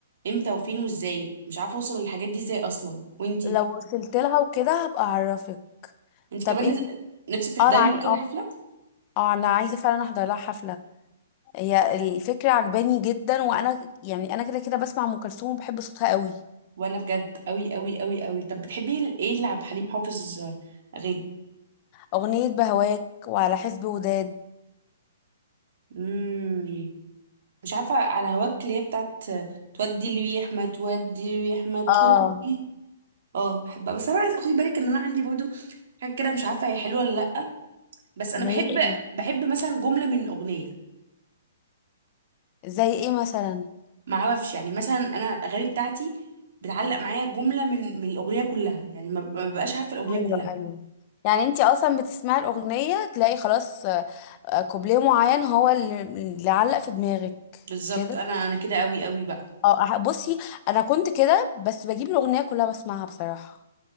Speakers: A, on the right; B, on the left.
A: امتى وفين وازاي مش عارفه اوصل للحاجات دي ازاي اصلا وانتي
B: لو وصلت لها وكده هبقى اعرفك
A: انت
B: طب
A: كمان
B: انت
A: نز- نفسك تحضري
B: اه انا عاي-
A: وكده
B: اه
A: حفله
B: اه انا عايزة فعلا احضر لها حفلة هي الفكرة عجباني جدا وانا يعني انا كده كده بسمع ام كلثوم وبحب صوتها قوي
A: وانا بجد قوي قوي قوي قوي طب بتحبي ال- ايه اللي عبد الحليم حافظ اغاني
B: اغنية بهواك وعلى حسب وداد
A: امم مش عارفه على هواك اللي هي بتاعت تودي الريح ما تودي الريح ما تودي
B: اه
A: اه بحبها بس انا عايز خدي بالك ان انا عندي برضو حاجه كده مش عارفه هي حلوه ولا لا بس انا
B: اللي
A: بحب
B: هي ايه
A: بحب مثلا جمله من اغنيه
B: زي ايه مثلا
A: ما اعرفش يعني مثلا انا الاغاني بتاعتي بتعلق معايا جمله من من الاغنيه كلها يعني ما ما ببقاش عارفه الاغنيه
B: ايوه
A: كلها
B: ايوه يعني انت اصلا بتسمعي الاغنية تلاقي خلاص آه، كوبليه معين هو اللي اللي علق في دماغك
A: بالظبط
B: كده
A: انا انا كده قوي قوي بقى
B: اه أح- بصي انا كنت كده بس بجيب الاغنيه كلها بسمعها بصراحه